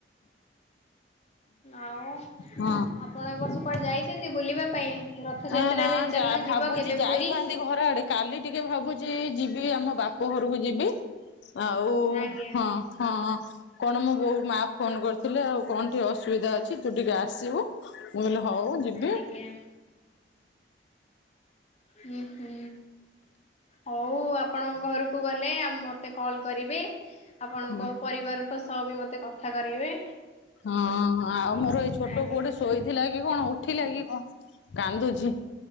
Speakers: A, on the left; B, on the left.
A: ଆଉ
B: ହଁ।
A: ଆପଣ ଏବ ବର୍ଷ କୁଆଡେ ଯାଇଛନ୍ତି ବୁଲିବା ପାଇଁ ର ରଥ
B: ନା
A: ଯାତ୍ରାରେ
B: ନା
A: ଚାଲୁନ
B: ଯା ଭାବୁଛି
A: ଯିବ କେବେ
B: ଯାଇଥାନ୍ତି
A: ପୁରୀ?
B: ଘର ଆଡେ କାଲି ଟିକେ ଭାବୁଛି ଯିବି ଆମ ବାପ ଘରକୁ ଯିବି। ଆଉ
A: ଆଜ୍ଞା
B: ହଁ ହଁ କଣ ମୁ ବୋଉ ମା ଫୋନ କରିଥିଲେ ଆଉ କଣ ଟିକି ଅ ଅଛି ତୁ ଟିକେ ଆସିବୁ ମୁଁ କହିଲି ହଉ ଯିବି।
A: ଆଜ୍ଞା ହୁଁ ହୁଁ ହଉ ଆପଣ ଘରକୁ ଗଲେ ଆ ମତେ କଲ କରିବେ ଆପଣଙ୍କ
B: ହଁ
A: ପରିବାରଙ୍କ ସହ ବି ମୋତେ କଥା କରାଇବେ।
B: ହଁ ଆଉ ମୋର ଏଇ ଛୋଟ
A: ଆଜ୍ଞା।
B: ପୁଅଟେ ସୋଇ ଥିଲା କି କଣ ଉଠିଲା କି କଣ କାନ୍ଦୁଛି